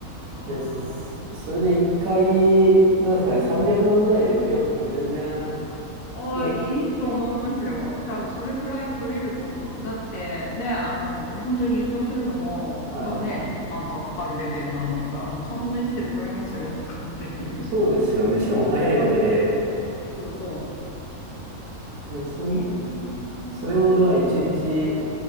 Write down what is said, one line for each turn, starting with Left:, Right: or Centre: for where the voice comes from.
Left: ああ。
Right: です。それで一回、どうですかね、300万ぐらいで請け負っても全然、
Left: ああ、
Right: いや、
Left: いいと思いますよ。多分それくらい取れると思う。だってね、あの、本当に輸送するのも、
Right: はい。
Left: なんかね、1万とかかかるレベルなんだったら、もう3分の1で請け負いますよとかっていう。
Right: そうですよね。
Left: <laughs>
Right: しかも早いわけで、
Left: そうそ
Right: で、そん、
Left: う。えー、
Right: それをだから1日、